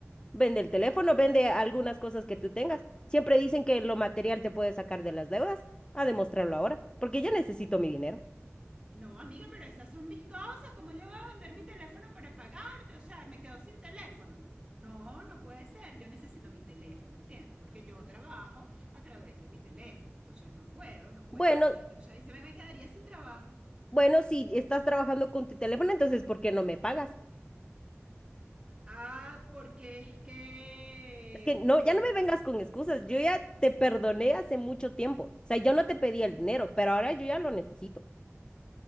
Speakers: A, on the left; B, on the right.
A: vende el teléfono, vende algunas cosas que tú tengas. Siempre dicen que lo material te puede sacar de las deudas. A demostrarlo ahora, porque yo necesito mi dinero.
B: No, amiga, pero esas son mis cosas. ¿Cómo yo voy a vender mi teléfono para pagarte? O sea, me quedo sin teléfono. No, no puede ser. Yo necesito mi teléfono, ¿entiendes? Porque yo trabajo a través de mi teléfono. Entonces no puedo, no puedo.
A: Bueno,
B: Entonces ahí se me, me quedaría sin trabajo.
A: Bueno, si estás trabajando con tu teléfono, entonces ¿por qué no me pagas?
B: Ah, porque es que
A: Es que no,
B: eh,
A: ya no me vengas con excusas. Yo ya te perdoné hace mucho tiempo. O sea, yo no te pedí el dinero, pero ahora yo ya lo necesito.